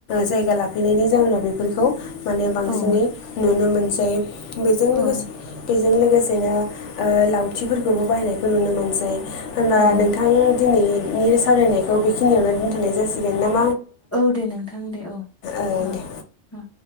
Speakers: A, on the left; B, on the left.
A: जायगा लाफैनायनि जाहोनाव बेफोरखौ माने बांसिनै
B: औ
A: नुनो मोनसै बेजों लोगोसे
B: औ
A: बेजों लोगोसे बिदिनो ओ लावथिफोरखौबो बाहायनायखौ नुनो मोनसै होनबा
B: औ
A: नोंथां दिनैनि सावरायनायखौ बेखिनियावनो दोनथ'नाय जासिगोन नामा??
B: औ दे नोंथां दे औ
A: ओ
B: औ
A: दे
B: औ।